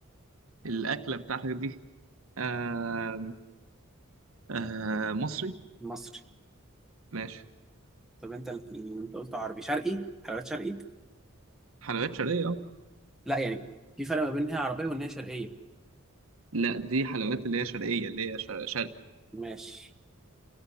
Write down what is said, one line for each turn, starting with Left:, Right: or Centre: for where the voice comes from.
Right: الاكله بتاعتك دي آه آه مصري
Centre: مصري
Right: ماشي
Centre: طب انت ال- انت قلت عربي شرقي حلويات شرقي
Right: حلويات شرقية اه
Centre: لا يعني في فرق ما بين إن هي عربيه وان هي شرقيه
Right: لا دي حلويات اللي هي شرقية اللي هي شر- شرقي
Centre: ماشي